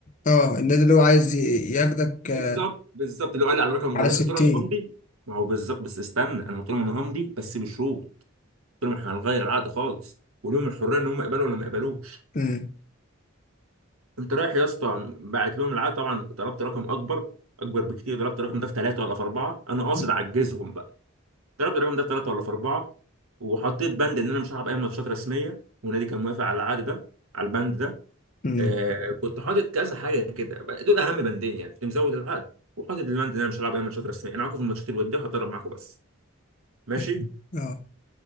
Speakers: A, on the left; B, on the right.
A: اه النادي اللي هو عايز ي- ياخدك
B: بالظبط
A: آه،
B: بالظبط اللي هو قال لي على رقم
A: على
B: ولاد
A: ستين
B: قلت له انا همضي ما هو بالظبط بس استنى انا قلت لهم انا همضي بس بشروط قلت لهم احنا هنغير العقد خالص ولهم الحريه ان هم يقبلوا ولا ما يقبلوش
A: أمم،
B: قمت رايح يا اسطى باعت لهم العقد طبعا طلبت رقم اكبر اكبر بكتير ضربت الرقم ده في ثلاثه ولا في اربعه انا قاصد
A: أمم،
B: اعجزهم ضربت الرقم ده في ثلاثه ولا في اربعه وحطيت بند ان انا مش هلعب اي ماتشات رسميه والنادي كان موافق على العقد ده على البند ده
A: أمم،
B: آه كنت حاطط كذا حاجه كده دول اهم بندين يعني كنت مزود العقد وحاطط البند ان انا مش هلعب اي ماتشات رسميه انا معاكم في الماتشات الوديه وهتدرب معاكم بس ماشي
A: أمم. اه